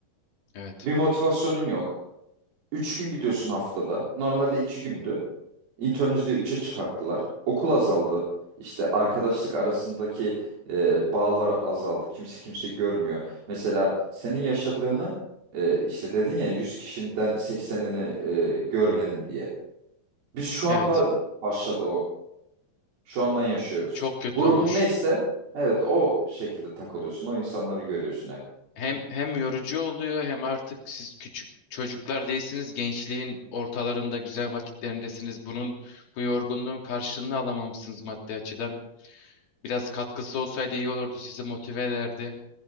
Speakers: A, on the left; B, on the right.
A: Evet.
B: Bir motivasyonun yok. Üç gün gidiyorsun haftada. Normalde iki gündü. İnternüzde üçe çıkarttılar. Okul azaldı. İşte arkadaşlık arasındaki e, bağlar azaldı. Kimse kimse görmüyor. Mesela senin yaşadığını e, işte dedin ya 100 kişiden seksenini e, görmedim diye. Biz şu
A: Evet.
B: anda başladı o. Şu andan yaşıyoruz.
A: Çok kötü
B: Grubun
A: olmuş.
B: neyse evet o şekilde takılıyorsun. O insanları görüyorsun hep.
A: Hem hem yorucu oluyor hem artık siz küçük çocuklar değilsiniz. Gençliğin ortalarında güzel vakitlerindesiniz. Bunun bu yorgunluğun karşılığını alamamışsınız maddi açıdan. Biraz katkısı olsaydı iyi olurdu, sizi motive ederdi.